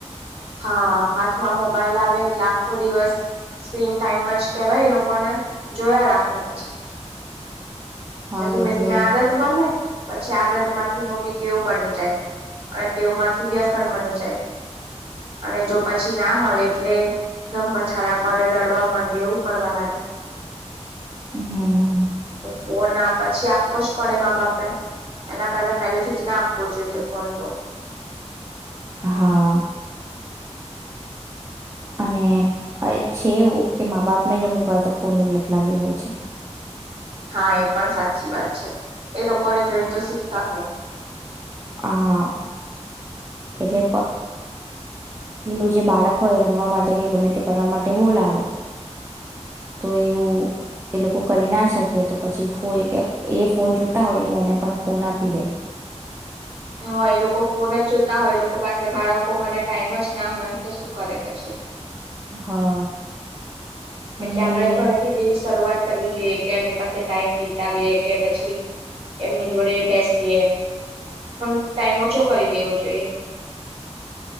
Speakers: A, on the right; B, on the right.
A: હા, હાથમાં મોબાઈલ આવે એટલા ખો દિવસ સ્ક્રીન ટાઈમ અજ કેવાય એ લોકોને જોયા રાખે પછી.
B: હા
A: પર ધીમે
B: એટલે
A: ધીમે આદત બને પછી આદત માંથી મોટી ટેવ બની જાય અને ટેવ માંથી વ્યસન બની જાય. અને ચો પછી ના મલે એટલે દમ પછાડા કરે રડવા માંડે એવું કરવા લાગે.
B: હમ્મ.
A: તો ફોન આ પછી આપવો જ પડે મા બાપે. એના કરતા પહેલા સુધી ના આપવો જોઈએ ફોન તો.
B: હા. અને અએ છે એવું કે મા બાપ ને જ અમુક વા તો ફોન ની લત લાગી હોય છે.
A: હા, એ પણ સાચ અછી વાત છે એ લોકો કર જયંત શીખતા હો.
B: હા. એટલે પેલું જે બાળક હોય રમવા માટે કે ગમે તે કરવા માટે બોલ આવે તો એવું એ લોકો કરી ના શકે તો પછી એ ફોન જોતા હોય એટલે એને પણ ફોન આપી દે
A: હ એ લોકો ફોન જ જોતા હોય એ લોકો પાસે બાળકો મરે ટાઈમ જ ના હોય તો શું કરે પછી.
B: હા. અને
A: એટલે આપડે
B: એની
A: ઘરે થી જવી શઆત કરવી જોઈએ કે એમની પાસે ટાઈમ બતાવીએ કે પછી એમની જોડે બેસીએ ટાઈમ ઓછો કરી દેવો જોઈએ.